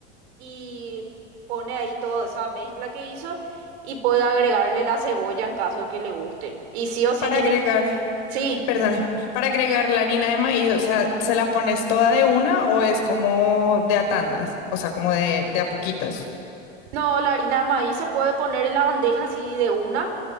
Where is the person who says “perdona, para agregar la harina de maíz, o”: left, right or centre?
Left